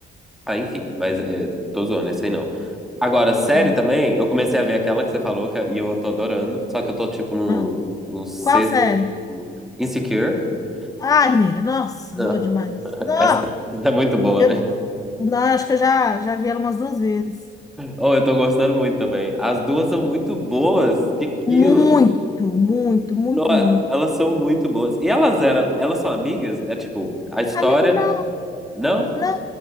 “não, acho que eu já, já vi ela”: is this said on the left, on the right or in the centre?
Left